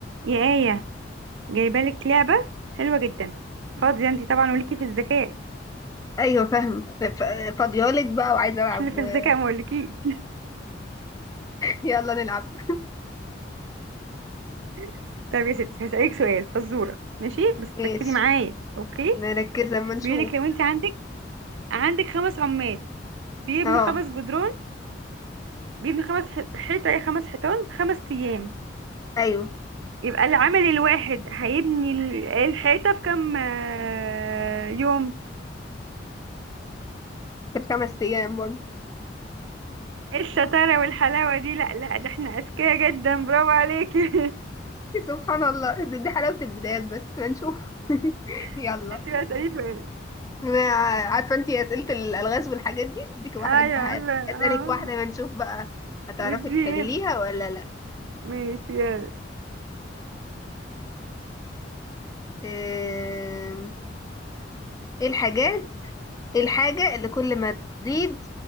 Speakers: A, on the right; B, on the left.
A: يا آية جايبالك لعبة حلوة جدا فاضية انتي طبعا وليكي في الذكاء
B: ايوه فاهم ف- فاضيالك بقى وعايزه العب
A: احنا
B: و...
A: في الذكاء
B: <laughs>
A: ما اقولكيش
B: يلا نلعب
A: <laughs> طب يا ستي هسألك سؤال فزورة ماشي بس تركزي
B: ماشي
A: معايا اوكي
B: نركز لما نشوف
A: بيقولك لو انتي عندك عندك خمس عمال بيبنوا
B: اه
A: خمس جدران بيبنوا خمس ح- حيطة ايه، خمس حيطان في خمس أيام
B: ايوه
A: يبقى العامل الواحد هيبني ال- الحيطة في كام آه، يوم
B: في الخمس ايام برضه
A: إيه الشطارة والحلاوة دي لا لا ده احنا أذكياء جدا برافو عليكي
B: <laughs> سبحان الله دي دي حلاوه البدايات بس هنشوف <laughs> يلا
A: <laughs> انتي بقى اسألي سؤال
B: انا عارفه انتي اسئله الالغاز والحاجات دي اديك واحده
A: ايوه عارفة
B: ه-
A: اه
B: اسالك واحده ما نشوف بقى هتعرفي
A: الدي
B: تحليها ولا لا
A: ماشي يلا
B: أم، ايه الحاجات ايه الحاجه اللي كل ما تزيد